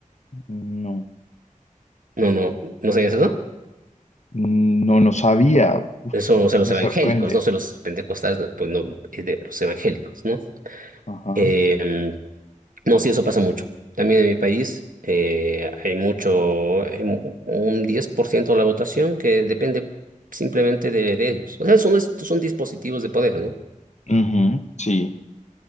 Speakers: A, on the left (about 55°); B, on the right (about 80°).
A: No,
B: No, no, ¿no sabías eso?
A: no, no sabía. Uf,
B: Eso, o sea, los
A: me
B: evangélicos,
A: sorprende.
B: no sé, los pentecostales, no, pues no, es de los evangélicos, ¿no?
A: Ajá.
B: Em, no, sí, eso pasa mucho. También en mi país eh, hay mucho, hay mu- un 10% de la votación que depende simplemente de, de ellos. O sea, son, es- son dispositivos de poder, ¿no?
A: Ujú, sí.